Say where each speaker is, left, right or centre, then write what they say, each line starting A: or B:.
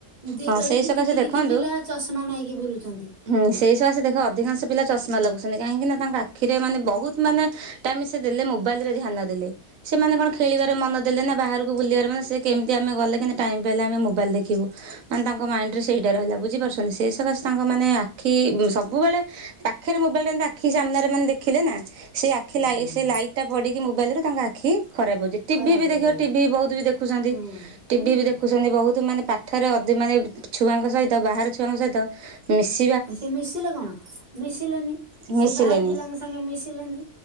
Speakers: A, on the right; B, on the right.
A: ଦେ
B: ହଁ
A: ଏଡିକି
B: ସେଇ ସକାଶେ
A: ଟିକି
B: ଦେଖନ୍ତୁ
A: ଟିକି ପିଲା ଚଷମା ନାଇକି ବୁଲୁଚନ୍ତି।
B: ହୁଁ ସେଇସକାସେ ଦେଖ ଅଧିକାଂଶ ପିଲା ଚଷମା ଲାଗୁ ମାନେ କାହିଁକି ନା ତାଙ୍କ ଆଖିରେ ମାନେ ବହୁତ ମାନେ ଟାଇମ୍ ସେ ଦେଲେ ମୋବାଇଲ ରେ ଧ୍ୟାନ ଦେଲେ। ସେମାନେ କଣ ଖେଳିବାରେ ମନ ଦେଲେ ନା ବାହାରୁ କୁ ବୁଲିଆରେ ସେ କେମତି ଆମେ ଗଲେ ଟାଇମ୍ ପାଇଲେ ଆମେ ମୋବାଇଲ ଦେଖିବୁ ମାନେ ତାଙ୍କ ମାଇଣ୍ଡରେ ସେଇଟା ରହିଲା। ବୁଝି ଝି ପାରୁଚନ୍ତି ସେହି ସକାଶେ ତାଙ୍କମାନେ ଆ ଆଖି ସବୁବେଳେ ପାଖରେ ମୋବାଇଲଟା ଏମତି ଆଖି ସାମ୍ନାରେ ମାନେ ଦେଖିଲେନା ସେଇ ଆ ଆଖି ଲାଇ
A: ହୁଁ।
B: ସେ ଲାଇଟା ପଡ଼ିକି ମୋବାଇଲରୁ ତାଙ୍କ ଆଖି ଖରାପ ହଉଚି ଟିଭି
A: ଖରାପ
B: ବି ଦେଖିବ
A: ହେଇଗଲା
B: ଟିଭି ବହୁତ ବି ଦେଖୁଚନ୍ତି
A: ହୁଁ ହୁଁ।
B: ଟିଭି ବି ଦେଖୁଚନ୍ତି ବହୁତ ମାନେ ପାଠରେ ଅ ଦି ମାନେ ଛୁଆଙ୍କ ସହିତ ବାହାର ଛୁଆଙ୍କ ସହିତ ମିଶ୍
A: ସେ ମିଶିଲେ କଣ ମିଶିଲେନି ସେଏ
B: ମିଶିଲେନି
A: ବାହାର ପିଲାଙ୍କ ସ ଙ୍ଗେ ମିଶିଲେନି